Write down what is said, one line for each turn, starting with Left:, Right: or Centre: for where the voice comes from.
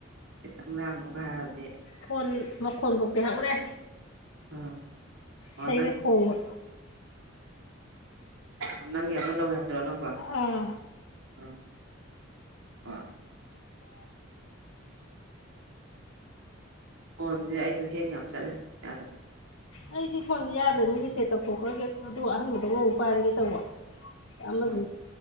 Right: ꯈꯤꯇꯪ ꯂꯥꯡꯅꯨꯒ ꯍꯥꯏꯔꯕꯗꯤ
Left: ꯐꯣꯟ ꯃꯈꯣꯟꯐꯥꯎꯇꯤ ꯍꯧꯎꯔꯦ
Right: ꯑꯥ ꯑꯣ
Left: ꯁꯒꯦ ꯀꯣꯕ
Right: ꯑ ꯅꯪꯒꯤ ꯑꯃ ꯂꯧꯋꯦ ꯍꯥꯏꯕꯗꯨꯔꯣ ꯑꯅꯧꯕ
Left: ꯑꯥ
Right: ꯎ ꯍꯣꯏ ꯑꯣꯟꯗꯤꯦ ꯑꯩꯁꯨ ꯍꯌꯦꯡ ꯌꯥꯝ ꯆꯠꯂꯦ ꯌꯥꯗ꯭ꯔꯦ
Left: ꯑꯩ ꯁꯤ ꯐꯣꯟꯗꯤ ꯌꯥꯗꯣꯏꯅꯨ ꯔꯤꯁꯦꯠ ꯇꯧꯊꯣꯛꯈ꯭ꯔꯒꯦ ꯑꯗꯨꯗ ꯑꯍꯟꯕꯗꯧꯅ ꯑꯃꯨꯛ ꯄꯥꯏꯔꯒꯦ ꯇꯧꯕ ꯑꯃꯁꯤ
Right: ꯎ